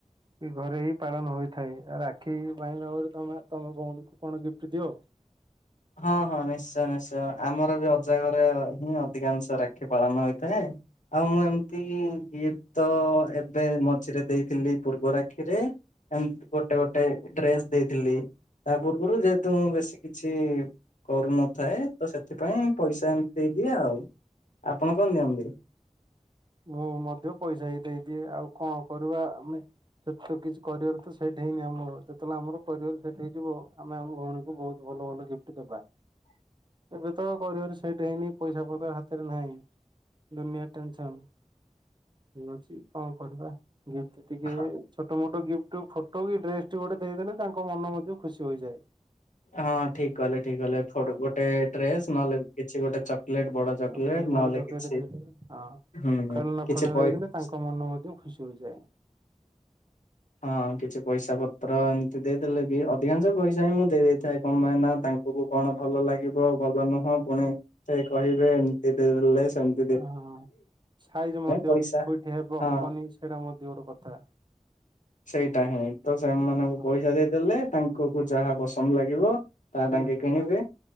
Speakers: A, on the right; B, on the left.
A: କି ଘରେ ହିଁ ପାଳନ ହୋଇଥାଏ ରାକ୍ଷୀ ପାଇଁ ନଗଲେ ତମେ ତମ ଭଉଣୀଙ୍କୁ କଣ ଗିଫ୍ଟ ଦିଅ?
B: ହଁ ହଁ ନିଶ୍ଚୟ, ନିଶ୍ଚୟ ଆମର ବି ଅଜାଘରେ ହିଁ ଅଧିକାଂଶ ରାକ୍ଷୀ ପାଳନ ହୋଇଥାଏ। ଆଉ ମୁଁ ଏମିତି ଗିଫ୍ଟ ତ ଏବେ ମଝିରେ ଦେଇଥିଲି ପୂର୍ବ ରାକ୍ଷୀରେ ଏମତିଗୋଟେ ଗୋଟେ ଡ୍ରେସ ଦେଇଥିଲି ତା ପୂର୍ବରୁ ଯେହେତୁ ମୁଁ ବେଶୀ କିଛି କରୁନଥାଏ ତ ସେଥିପାଇଁ ପଇସା ଏମିତି ଦେଇଦିଏ ଆଉ। ଆପଣ କଣ ଦିଅନ୍ତି?
A: ମୁଁ ମଧ୍ୟ ପଇସା ହି ଦେଇଦିଏ ଆଉ କଣ କରିବା ଆମେ। ସେତ ତ କିଛି କରିଆର ତ ସେଇଟା ହିଁ ନିୟମ ଯେତେବେଳେ ଆମର କରିଅର ସେଟ୍ ହେଇଯିବ ଆମେ ଆମ ଭଉଣୀକୁ ବହୁତ ଭଲ ଭଲ ଗିଫ୍ଟ ଦେବା।
B: ହ <inaudible>
A: ଏବେ ତ କରିବାର ସେଟ ହେଇନି ପଇସା ପତ୍ର ହାତରେ ନାହିଁ ଦୁନିଆ ଟେନସନ ଠିକ ଅଛି କଣ କରିବା ଗିଫ୍ଟ ଟିକେ
B: ହଁ
A: ଛୋଟ ମୋଟ ଗିଫ୍ଟ ଫଟୋ କି ଡ୍ରେସ ଟି ଗୋଟେ ଦେଇଦଲେ ତାଙ୍କ ମନ ମଧ୍ୟ ଖୁସି ହୋଇଯାଏ।
B: ହଁ ଠିକ କହିଲେ ଠିକ କହିଲେ ଗୋଟେ ଡ୍ରେସ ନହେଲେ କିଛି ଗୋଟେ ଚକଲେଟ ବଡ ଚକୋଲେଟ
A: ଚକଲେଟ
B: ନହେଲେ
A: ବଡ଼ ଚକଲେଟ
B: କିଛି
A: ଦେଇଦେଲେ ହଁ
B: ହୁଁ।
A: ଖେଳନା
B: କିଛି
A: ଫେଳନା
B: ପଇ
A: ଦେଇଦେଲେ ତାଙ୍କ ମନ ମଧ୍ୟ ଖୁସି ହୋଇଯାଏ।
B: ହଁ କିଛି ପଇସା ପତ୍ର ଏମିତି ଦେଇଦେଲେ ବି ଅଧିକାଂଶ ପଇସା ହିଁ ମୁଁ ଦେଇଥାଏ। କଣପାଇଁ ନା ତାଙ୍କୁଙ୍କୁ କଣ ଭଲ ଲାଗିବ ଭଲ ନୁହଁ ପୁଣି ସେ କହିବେ ଏମିତି ଦେଇଦେଲେ ସେମତି
A: ଓହ ହଁ ସାଇଜ ମଧ୍ୟ
B: ପଇସା
A: କଉଠି ହେବ
B: ହଁ
A: ହବନି ସେଇଟା ମଧ୍ୟ ଗୋଟେ କଥା।
B: ସେଇଟା ହିଁ ତ ସେମାନଙ୍କୁ
A: ଓହୋ।
B: ପଇସା ଦେଇଦେଲେ ତାଙ୍କୁ କୁ ଯାହା ପସନ୍ଦ ଲାଗିବ ତା ତାଙ୍କେ
A: ନେବେ
B: କିଣିବେ
A: ହଁ